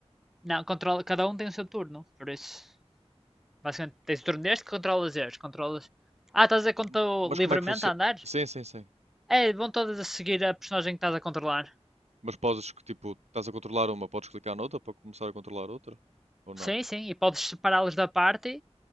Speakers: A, in the centre; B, on the right.
A: Não, controla... cada um tem o seu turno. Por isso, basicamente, tens o turno deste que controlas este. Controlas... Ah, estás a dizer quando estou
B: Ma- Mas
A: livremente
B: como é que funciona?
A: a andar?
B: Sim, sim, sim.
A: É, vão todas a seguir a personagem que estás a controlar.
B: Mas podes que tipo, estás a controlar uma, podes clicar noutra para começar a controlar outra? Ou não?
A: Sim, sim. E podes separá-los da party.